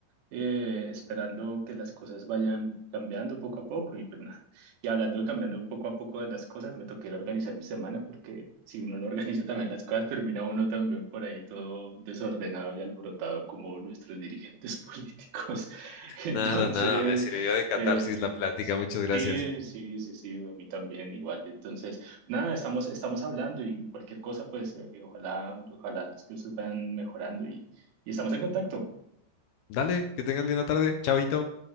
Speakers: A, on the right (about 90°); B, on the left (about 75°).
A: eh, esperando que las cosas vayan cambiando poco a poco y pues nada. Y hablando de cambiando poco a poco de las cosas, me toqué ir a organizar mi semana porque si uno no organiza también las cosas, termina uno también por ahí todo desordenado y alborotado como nuestros dirigentes políticos. <laughs> Entonces,
B: Nada, nada, me sirvió de catarsis
A: eh,
B: la plática.
A: sí,
B: Muchas gracias.
A: sí, sí, sí, sí, a mí también igual. Entonces... Nada, estamos, estamos hablando y cualquier cosa, pues eh, ojalá, ojalá las cosas vayan mejorando y, y estamos en contacto.
B: Dale, que tengas linda tarde. Chaito.